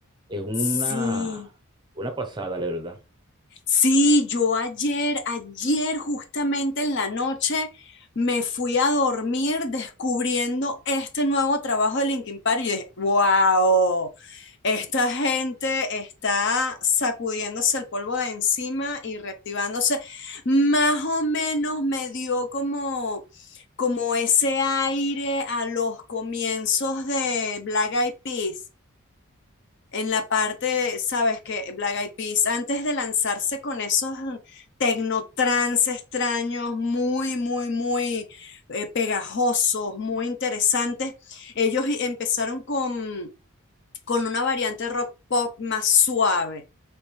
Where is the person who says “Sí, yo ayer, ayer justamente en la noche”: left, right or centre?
Left